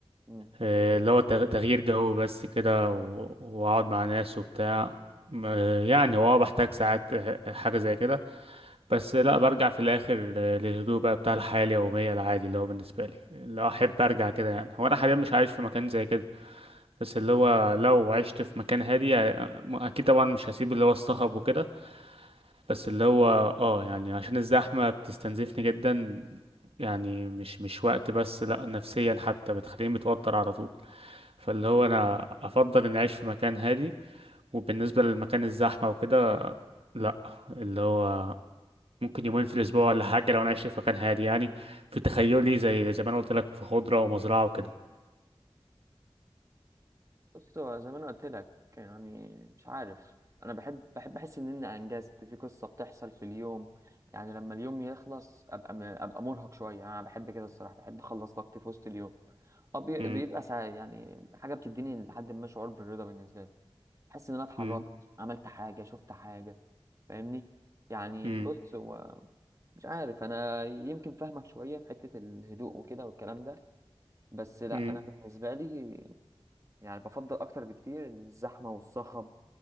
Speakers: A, on the right (about 30°); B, on the right (about 70°).
A: مم.
B: آه، اللي هو تغ- تغيير جو بس كده و- واقعد مع ناس وبتاع آه، يعني هو آه بحتاج ساعات آه، حاجة زي كده بس لا برجع في الاخر آه، للهدوء بقى بتاع الحياة اليومية العادي اللي هو بالنسبة لي اللي احب ارجع كده يعني هو انا حاليا مش عايش في مكان زي كده بس اللي هو لو عشت في مكان هادي آه، اكيد طبعا مش هسيب اللي هو الصخب وكده بس اللي هو اه يعني عشان الزحمة بتستنزفني جدا يعني مش مش وقت بس لا نفسيا حتى بتخليني متوتر على طول فاللي هو انا افضل اني اعيش في مكان هادي وبالنسبة للمكان الزحمة وكده لا اللي هو ممكن يومين في الاسبوع ولا حاجة لو انا عشت في مكان هادي يعني في تخيلي زي زي ما انا قلت لك في خضرة ومزرعة وكده
A: بص هو زي ما انا قلت لك يعني مش عارف انا بحب بحب احس ان انا انجزت في قصه بتحصل في اليوم يعني لما اليوم يخلص ابقى م... ابقى مرهق شويه يعني انا بحب كده الصراحه بحب اخلص طاقتي في وسط اليوم أه بي...
B: م-
A: بيبقى ساعة يعني حاجه بتديني لحد ما شعور بالرضا بالنسبه لي احس ان انا اتحركت
B: م-
A: عملت حاجه شفت حاجه فاهمني يعني
B: م-
A: بص هو مش عارف انا يمكن فاهمك شويه في حته الهدوء وكده والكلام ده بس لا
B: م.
A: انا بالنسبه لي يعني بفضل اكتر بكتير الزحمه والصخب